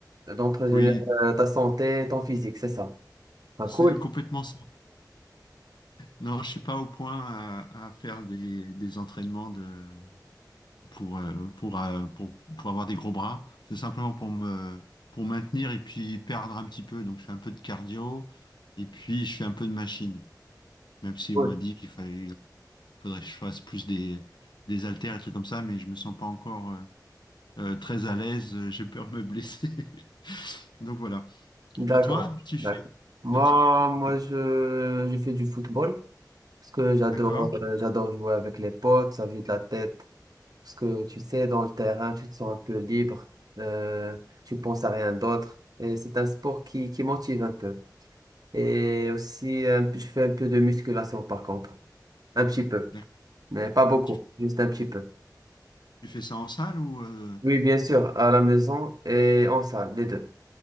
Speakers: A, on the right; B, on the left.
A: d'entretenir
B: oui,
A: euh, ta santé, ton physique, c'est ça. Ah,
B: c'est
A: cool.
B: complètement ça. Non, je suis pas au point à, à faire des, des entraînements de pour, euh, pour, euh, pour, pour avoir des gros bras. C'est simplement pour me, pour maintenir et puis perdre un petit peu. Donc, je fais un peu de cardio et puis je fais un peu de machine. Même si
A: Cool.
B: on m'a dit qu'il fallait, il faudrait que je fasse plus des, des haltères et trucs comme ça, mais je me sens pas encore euh, euh, très à l'aise. <laughs> euh, J'ai peur de me blesser. <laughs> Donc, voilà.
A: D'accord.
B: Et toi, tu
A: D'accord.
B: fais,
A: Moi,
B: tu, tu
A: moi
B: fais, du-
A: je, je fais du football parce que j'adore
B: d'accord,
A: euh, j'adore jouer avec les potes, ça vide la tête. Parce que tu sais, dans le terrain, tu te sens un peu libre, euh, tu penses à rien d'autre. Et c'est un sport qui, qui motive un peu. Et aussi, un je fais un peu de musculation par contre. Un petit peu,
B: d'accord.
A: mais pas beaucoup,
B: Tu,
A: juste un petit peu.
B: tu fais ça en salle ou, euh,
A: Oui, bien sûr, à la maison et en salle, les deux.